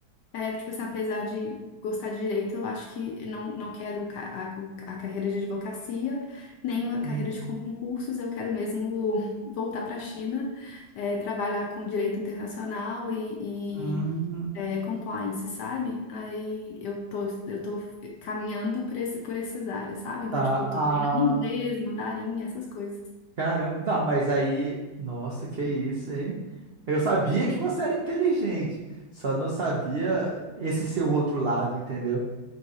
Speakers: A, on the left; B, on the right.
A: é, tipo assim, apesar de gostar de direito, eu acho que não, não quero ca- a, o- a carreira de advocacia, nem
B: Uhum.
A: a carreira de concursos, eu quero mesmo voltar para a China, é, trabalhar com direito internacional e,
B: Hum,
A: e, é, compliance, sabe? Aí eu tô, eu tô caminhando por esse, por essas áreas, sabe? Então,
B: Tá,
A: tipo, eu tô
B: ah,
A: treinando inglês, mandarim, essas coisas.
B: caramba. Não, mas aí, nossa, que isso, hein? Eu sabia que você era inteligente, só não sabia esse seu outro lado, entendeu?